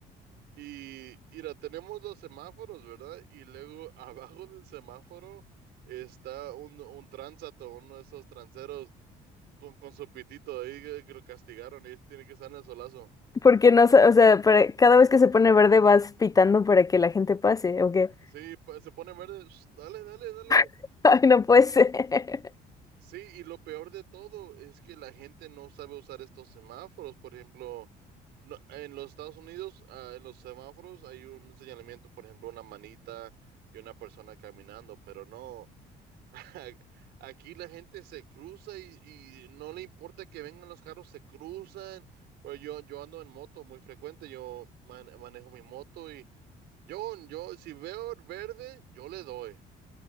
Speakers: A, on the right (about 80°); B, on the left (about 20°).
A: Y mira, tenemos los semáforos, ¿verdad? Y luego <laughs> abajo del semáforo está un, un tránsato, uno de esos transeros con, con su pitito ahí que, que lo castigaron y tiene que estar en el solazo.
B: <laughs> Porque no, sa- o sea, para- cada vez que se pone verde vas pitando para que la gente pase, ¿o qué?
A: Sí, pa- se pone verde, sh, dale, dale, dale.
B: <laughs> Ay, no puede ser. <laughs>
A: Sí, y lo peor de todo es que la gente no sabe usar estos semáforos. Por ejemplo, no- en los Estados Unidos, ah, en los semáforos hay un señalamiento, por ejemplo, una manita y una persona caminando, pero no. <laughs> Aquí la gente se cruza y, y no le importa que vengan los carros, se cruzan. Pues yo, yo ando en moto muy frecuente, yo man- manejo mi moto y yo, yo, si veo verde, yo le doy.